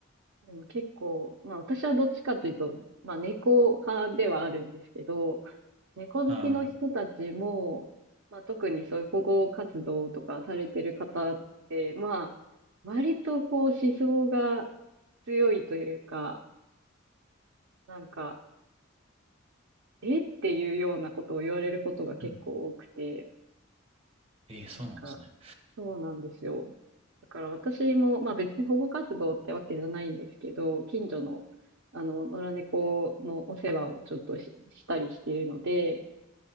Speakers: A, on the right (about 65°); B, on the right (about 30°).
A: でも結構、まあ私はどっちかというと、まあ猫派ではあるんですけど、猫好きの人たちも、
B: はい。
A: まあ特にそういう保護活動とかされてる方って、まあ割とこう思想が強いというか、なんか、えっていうようなことを言われることが結構多くて、
B: うん。ええ、そうなんですね。
A: なんか、そうなんですよ。だから私も、まあ別に保護活動ってわけじゃないんですけど、近所の、あの、野良猫のお世話をちょっとし、したりしているので、